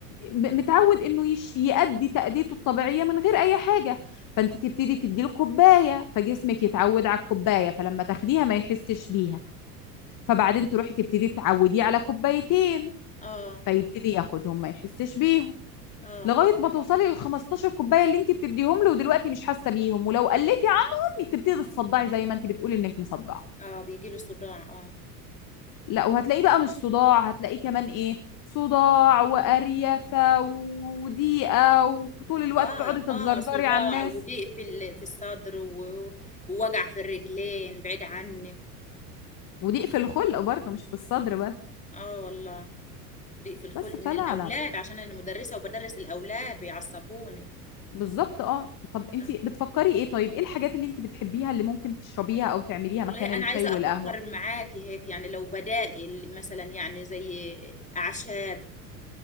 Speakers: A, on the left; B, on the left.
A: ب- متعود
B: حس-
A: انه يش يأدي تأديته الطبيعية من غير اي حاجة فانت تبتدي تديله كوباية فجسمك يتعود على الكوباية فلما تاخديها ما يحسش بيها فبعدين تروحي تبتدي تعوديه على كوبايتين
B: اه
A: فيبتدي ياخدهم ما يحسش بيهم
B: اه
A: لغايه ما توصلي لل 15 كوبايه اللي انت بتديهم له ودلوقتي مش حاسه بيهم ولو قلتي عنهم تبتدي تصدعي زي ما انت بتقولي انك مصدعه
B: اه بيجي له صداع اه
A: لا وهتلاقيه بقى مش صداع هتلاقيه كمان ايه صداع وقريفه وضيقه وطول الوقت
B: اه
A: تقعدي تتزرزري
B: اه صداع
A: على الناس
B: وضيق في ال- في الصدر و- ووجع في الرجلين بعيد عني
A: وضيق في الخلق برضه مش في الصدر بس
B: اه والله ضيق في الخلق
A: بس فلا
B: من الاولاد
A: لا لا
B: عشان انا مدرسه وبدرس الاولاد بيعصبوني
A: بالظبط اه طب انت
B: آه.
A: بتفكري ايه طيب ايه الحاجات اللي انت بتحبيها اللي ممكن تشربيها او تعمليها
B: والله
A: مكان الشاي
B: أنا عايزة
A: والقهوه
B: أفكر معاكي هيك يعني لو بدائل مثلا يعني زي أعشاب